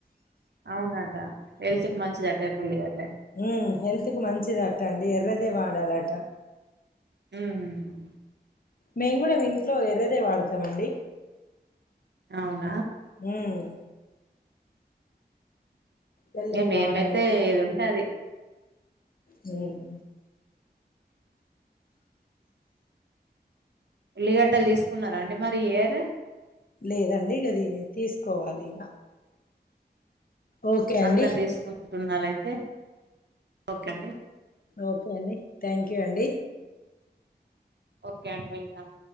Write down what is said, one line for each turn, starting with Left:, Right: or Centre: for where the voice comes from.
Right: అవునట హెల్త్ కి మంచిదట ఎర్రఉల్లి గడ్డ
Left: ఉమ్ హెల్త్ కు మంచిదట అండి ఎర్రదే వాడాలట
Right: ఉమ్
Left: మేము గూడా ఇంట్లో ఎర్రదే వాడతామండి
Right: అవును
Left: మ్మ్ తెల్లది
Right: మేమైతే
Left: వాడమండి
Right: ఏది ఉంటే అది
Left: మ్మ్
Right: ఉల్లిగడ్డలు తీసుకున్నారా అండి మరి ఈ ఇయర్
Left: లేదండి గది తీసుకోవాలి ఇగ ఓకే అండి
Right: అందరు తీసుకుంటున్నారు అయితే ఓకే అండి
Left: ఓకే అండి థ్యాంక్ యూ అండి
Right: ఓకే అండి వెల్కమ్